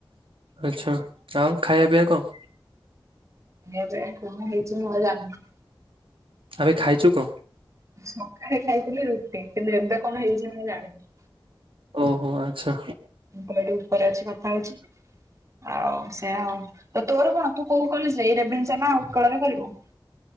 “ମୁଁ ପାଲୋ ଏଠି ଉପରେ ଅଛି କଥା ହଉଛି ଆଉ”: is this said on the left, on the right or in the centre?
Right